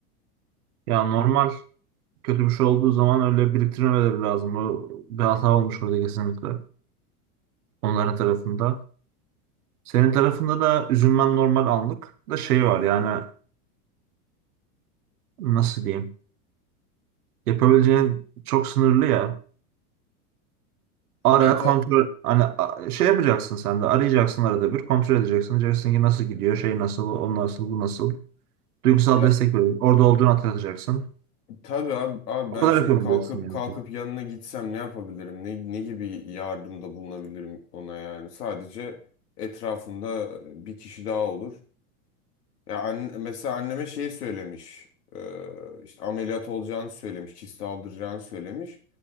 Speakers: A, on the right; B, on the left.
A: Ya normal kötü bir şey olduğu zaman öyle biriktirmeleri lazım. O bir hata olmuş orada kesinlikle. Onların tarafında. Senin tarafında da üzülmen normal anlık da şey var yani nasıl diyeyim? Yapabileceğin çok sınırlı ya. Ara
B: Ya, ta-
A: kontrol hani a- şey yapacaksın sen de arayacaksın arada bir kontrol edeceksin. Diyeceksin ki nasıl gidiyor şey nasıl o nasıl bu nasıl. Duygusal
B: ya
A: destek verin. Orada olduğunu hatırlatacaksın.
B: Tabii abi, abi
A: O
B: ben
A: kadar
B: şimdi
A: yapabiliyorsun
B: kalkıp
A: yani.
B: kalkıp yanına gitsem ne yapabilirim? Ne, ne gibi yardımda bulunabilirim ona yani? Sadece etrafında bir kişi daha olur. Ya anne, mesela anneme şeyi söylemiş. Ee, işte ameliyat olacağını söylemiş. Kist aldıracağını söylemiş.